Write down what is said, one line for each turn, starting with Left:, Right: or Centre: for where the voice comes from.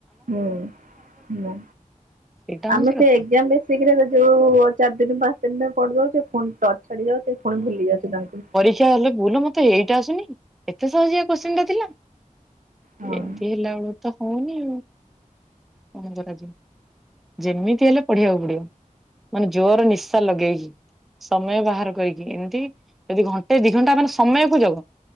Right: ହୁଁ ହୁଁ,
Centre: ସେଇଟା ହଉଛି
Right: ଆମେ ସେ
Centre: କଥା।
Right: ଏକ୍ଜାମ୍ ରେ ଶୀଘ୍ର ରେ ଯୋଉ, ଅ ଚାରି ଦିନ୍, ପାଞ୍ଚ ଦିନ୍ ରେ ପଢି ଦେଉଛି ଫୁଣି ଟଚ୍ ଛାଡି ଯାଉଛି ଫୁଣି ଭୁଲି ଯାଉଛି ତାଙ୍କୁ।
Centre: ଇଛା ହେଲେ ଭୁଲ୍, ମତେ ଏଇଟା ଆସୁନି, ଏତେ ସହଜିଆ କୋଶ୍ଚିନ୍ ଟା ଥିଲା।
Right: ହଁ
Centre: ଏମିତି ହେଲା ବେଳୁ ତ ହୋଉନି କଣ କରାଯିବ? ଯେମିତି ହେଲେ ପଢିବାକୁ ପଡିବ। ମାନେ ଜୋରେ ନିଶା ଲଗେଇକି, ସମୟ ବାହାର କରିକି। ଏମିତି ଯଦି ଘଣ୍ଟେ ଦି ଘଣ୍ଟା ମାନେ ସମୟକୁ ଜଗ।